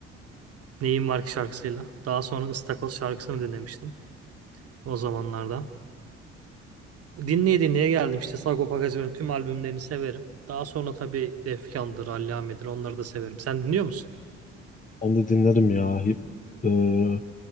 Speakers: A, on the right (about 45°); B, on the left (about 25°).
A: Neyim Var Ki şarkısıyla. Daha sonra Istakoz şarkısını dinlemiştim o zamanlardan. Dinleye dinleye geldim işte Sagopa Kajmer'in tüm albümlerini severim. Daha sonra tabii Defkan'dır, Allame'dir onları da severim. Sen dinliyor musun?
B: Ben de dinlerim ya. Hi- Ee,